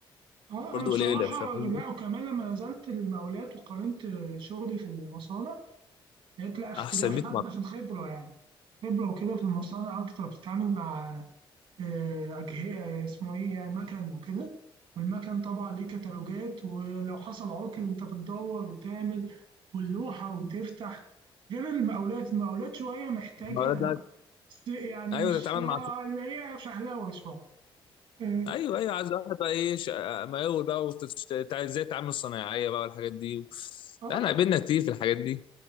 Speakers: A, on the right; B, on the left.
A: اه
B: برضو
A: أنا بصراحة
B: قليله فاهم
A: لا
B: قصدي؟
A: وكمان لما نزلت المقاولات وقارنت شغلي في المصانع لقيت لا اختلاف
B: احسن 100
A: حتى في الخبرة يعني خبرة وكده في المصانع أكتر بتتعامل مع آه، أجهزة اسمه إيه يعني مكن وكده والمكن طبعا ليه كتالوجات ولو حصل عطل أنت بتدور وتعمل واللوحة وتفتح غير المقاولات المقاولات شوية محتاجة
B: ما هو ده
A: يعني
B: ايوه
A: مش
B: تتعامل
A: اللي
B: مع
A: هي فهلوة شوية آه
B: ايوه ايوه عايز واحد بقى ايه ش- مقاول بقى وتت- تع- ازاي التعامل الصناعيه بقى والحاجات دي و...
A: آه
B: لا انا قابلنا كتير في الحاجات دي